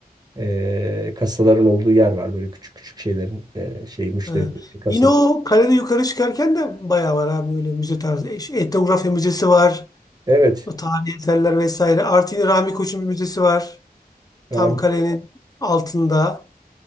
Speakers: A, on the right; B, on the left.
A: e, kasaların olduğu yer var böyle küçük küçük şeylerin e, şey müşteri
B: Ha.
A: kasalar.
B: Yine o kalede yukarı çıkarken de bayağı var abi öyle müze tarzı. E, şey, Etnografya müzesi var.
A: Evet.
B: O tarihi eserler vesaire. Artı yine Rami Koç'un bir müzesi var. Tam
A: Rahmi-
B: kalenin altında.